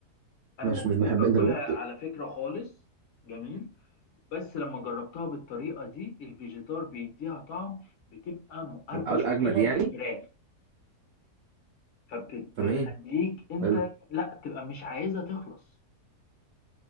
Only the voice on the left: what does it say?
انا
ما كنتش
باكلها
على فكرة خالص جميل بس لما جربتها بالطريقة دي الفيجيتار بيديها طعم بتبقى مقربة
شوية
للفراخ فبتخليك
انت
لا تبقى مش عايزها تخلص